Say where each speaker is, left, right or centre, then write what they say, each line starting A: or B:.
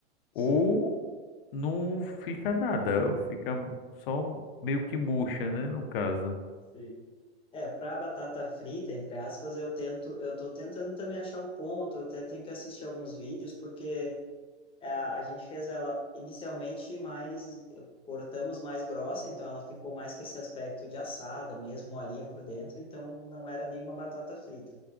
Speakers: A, on the left; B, on the left.
A: sim.
B: ou não fica nada, fica só meio que murcha, né, no caso.
A: Sim. É, para batata frita, entre aspas, eu tento, eu tô tentando também achar o ponto, eu até tenho que assistir alguns vídeos, porque é, a gente fez ela inicialmente mais, cortamos mais grossa, então ela ficou mais com esse aspecto de assada mesmo, molinha por dentro, então não era nenhuma batata frita.